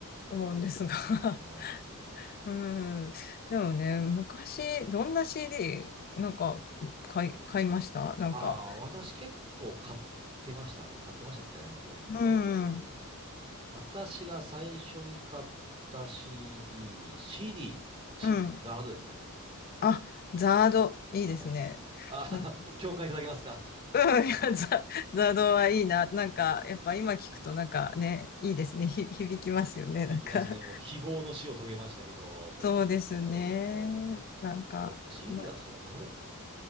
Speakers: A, on the left; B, on the right.
A: 思うんですが。<laughs>
B: あー
A: うん。でもね、昔、どんな CD、なんか、買い、買いましたなんか。
B: ああ、私結構買ってましたね。買ってましたってね。えっと、
A: うん。
B: 私が最初に買った CD、CD、CD、
A: うん。
B: ザードですね。
A: あ、ザード、いいですね。
B: はい。ああ、
A: な <laughs>
B: 共感いただけますか
A: うん、いや、ザ、ザードはいいな。なんか、やっぱ今聞くとなんかね、いいですね。ひ、響きますよね。
B: <laughs> 響きますね。
A: なんか、<laughs>
B: もう非業の死を遂げましたけど、もうあの人も
A: そうですね。なんか、
B: そか、CD
A: ま、
B: はそうか、ザハだったかな。